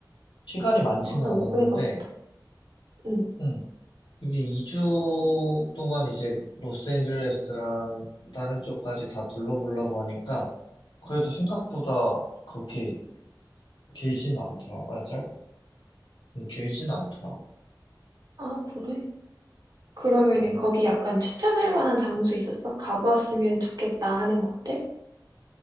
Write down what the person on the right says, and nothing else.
아, 오래
갔다. 응.
아, 그래. 그러면은
거기 약간 추천할 만한 장소 있었어? 가보았으면 좋겠다 하는 곳들?